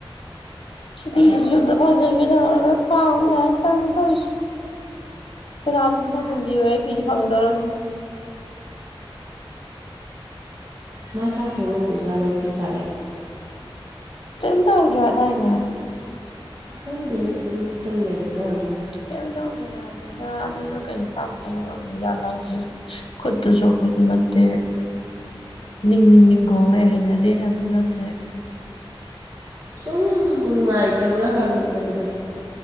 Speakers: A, on the left; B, on the right.
A: ꯁꯤ ꯐꯤꯁꯤꯁꯨ ꯐꯪꯖꯟꯒꯦ ꯇꯧꯔꯒ ꯈ꯭ꯋꯥꯡ ꯑꯃꯨꯛ ꯅꯥꯏ ꯇꯦꯔꯤꯁꯤ ꯀꯗꯥꯝꯅ ꯐꯖꯟꯗꯤ ꯐꯤꯖ ꯐꯪꯗꯔꯣ
B: ꯃꯥ ꯆꯥꯛ ꯊꯣꯡ ꯉꯝꯗꯣꯏꯖꯠꯂꯣ ꯑꯩ ꯄꯤ ꯁꯥꯒꯦ
A: ꯀꯩꯝ ꯇꯧꯗ꯭ꯔꯦ ꯗꯥꯏꯅꯦ
B: ꯈꯪꯗꯦ ꯑꯗꯨꯝ ꯇꯨꯝ ꯂꯩꯕꯁꯨ ꯍꯪꯕꯅꯤ
A: ꯀꯝ ꯇꯧꯗꯦꯗꯥ ꯑꯗꯨꯗ ꯑꯗꯨꯗ ꯀꯩ ꯄꯥꯛ ꯐꯪꯕ ꯉꯝꯗꯖꯠꯂꯝ ꯈꯨꯠꯇꯨ ꯁꯣꯛꯄꯁꯨ ꯅꯠꯇꯦ
B: ꯎꯝ <inaudible>
A: ꯅꯤꯡ ꯅꯤꯡ ꯅꯤꯡ ꯈꯣꯡ ꯂꯩꯔꯦ ꯍꯩꯅꯗꯦ ꯌꯥꯝꯅꯥ ꯅꯠꯇꯦ
B: ꯁꯨꯝ ꯅꯨꯡꯉꯥꯏꯇꯕ꯭ꯔꯥ ꯍꯪꯉꯛꯏꯕꯅꯤꯗ